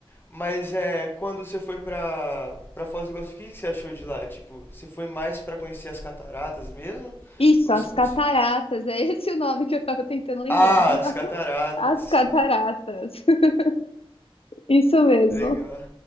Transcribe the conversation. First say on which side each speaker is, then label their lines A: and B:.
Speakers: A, on the left; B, on the left.
A: Mas é, quando você foi pra, pra Foz do Iguaçu, o que que você achou de lá? Tipo, você foi mais pra conhecer as cataratas mesmo?
B: Isso,
A: Ou
B: as
A: você conheceu?
B: cataratas, é esse o nome que eu tava tentando lembrar.
A: Ah, as cataratas.
B: As cataratas, <laughs> isso mesmo.
A: Legal.